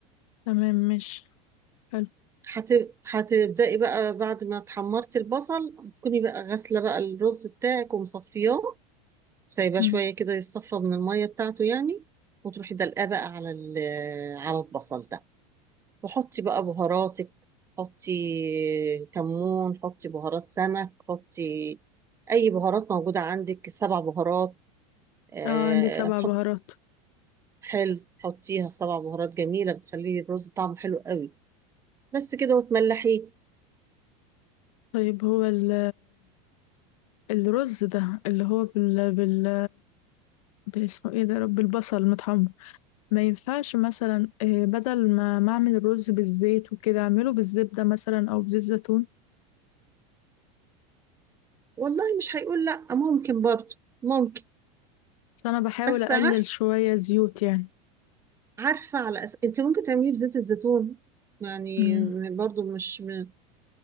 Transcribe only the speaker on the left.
تمام مش حلو
مم.
اه عندي سبع
بهارات
طيب هو ال الرز ده اللي هو بال بال اسمه ايه ده يا رب البصل متحمر ما ينفعش مثلا آه، بدل ما ما اعمل الرز بالزيت وكده اعمله بالزبدة مثلا او بزيت زيتون
بس انا بحاول
اقلل
شوية زيوت يعني
امم